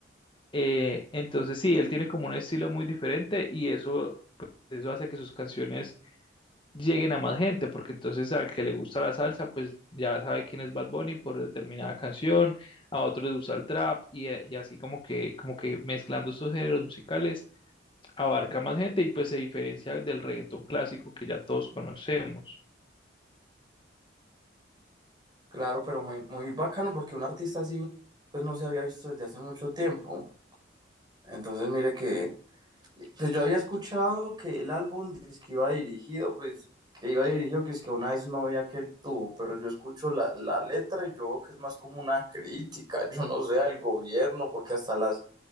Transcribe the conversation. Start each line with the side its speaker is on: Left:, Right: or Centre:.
Left: Eh, entonces sí, él tiene como un estilo muy diferente y eso, eso hace que sus canciones lleguen a más gente, porque entonces al que le gusta la salsa, pues ya sabe quién es Bad Bunny por determinada canción, a otros les gusta el trap y, eh, y así como que, como que mezclando estos géneros musicales abarca más gente y pues se diferencia del reggaetón clásico que ya todos conocemos.
Right: Claro, pero muy, muy bacano porque un artista así, pues no se había visto desde hace mucho tiempo. Entonces, mire que Pues yo había escuchado que el álbum es que iba dirigido, pues que iba dirigido que es que a una vez novia que él tuvo, pero yo escucho la, la letra y yo veo que es más como una crítica, yo no sé, al gobierno, porque hasta las,